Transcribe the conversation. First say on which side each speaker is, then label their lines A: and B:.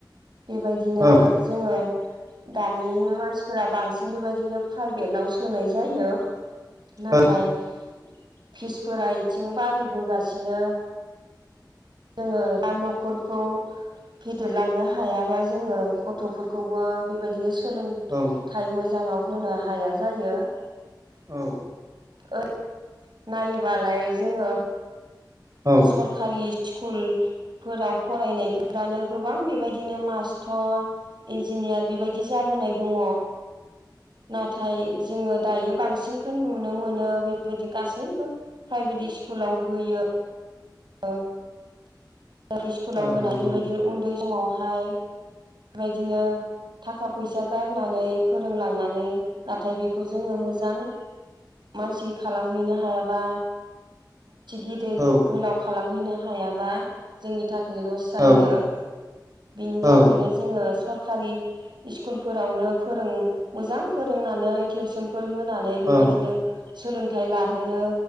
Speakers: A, on the right; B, on the right.
A: बेबायदिनो
B: औ
A: जोंङो दानि मानसिफोरा बांसिन बेबायदिनो प्राइभेटाव सोनाय जायो नाथाय
B: औ
A: फिसफोरा इथिं बारिबोगासिनो जोंङो दा नखरखौ फेदेरलांनो हायाबा जोङो ग- थफोरखौबो बेबायदिनो सोलोंथाइ
B: औ
A: मोजांङाव होनो हाया जायो
B: औ
A: ओ नायोबालाय जोंङो
B: औ
A: सरकारि स्कुल फोराव फरायनायफोरानो गोबां बेबायदिनो मास्टर इन्जिनियार बेबायदि जाबोनाय दंङ नाथाय जोंङो दायो बांसिनखौ नुनो मोनो बेबायदि गासैबो प्राइभेट स्कुलाव होयो <unintelligible> स्कुलाव
B: औ
A: होनाय
B: नंगौ
A: बेबायदि उन्दै समाव बेहाय बेबायदिनो थाखा फैसा गारनानै फोरोंलांनानै नाथाय बेखौ जोंङो मोजां मानसि खालामहैनो हायाबा गिदिर
B: औ
A: गोलाव खालाम हैनो हायाबा जोंनि थाखाय लस जायो
B: औ औ
A: बिनि थाखायनो
B: औ
A: जोंङो सर- कारि स्कुलफोरावनो फोरों मोजां फोरोंनानै टिउसन फोर होनानै बेबायदिनो
B: औ
A: सोलों- थाय लाहोनो